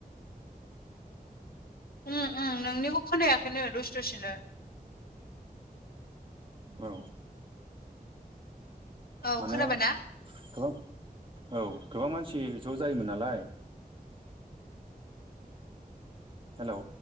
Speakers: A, on the left (about 75°); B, on the right (about 35°).
A: ओम ओम नोंनिखौ खोनायाखैनो दुसे दसेनो।
B: औ।
A: औ
B: माने
A: खोनाबायना
B: गोबां औ गोबां मानसि ज' जायोमोन नालाय। हेलौ।